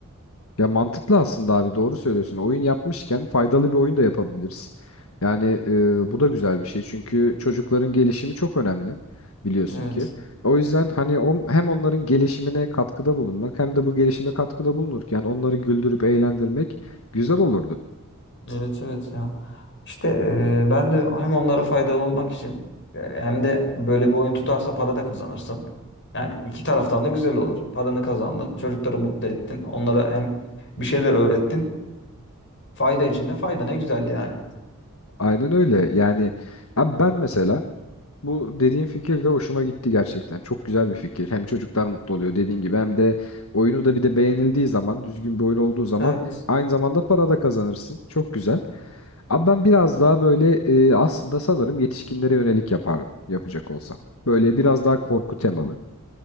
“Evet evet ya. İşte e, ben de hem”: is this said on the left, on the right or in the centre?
Left